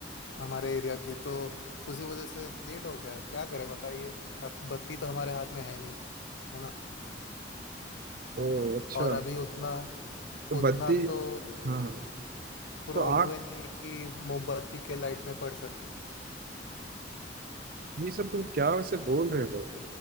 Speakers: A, on the left; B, on the right.
A: हमारे एरिया की तो उसी वजह से लेट हो गया क्या करें बताइए अब बत्ती तो हमारे हाथ में है नहीं है ना
B: तो अच्छा
A: और अभी उतना
B: तो
A: उतना
B: बद्दी
A: तो
B: हाँ हाँ
A: प्रो
B: तो आठ
A: हुए नहीं है कि मोमबत्ती के लाइट में पड़ सके
B: ये सब तुम क्या वैसे बोल रहे हो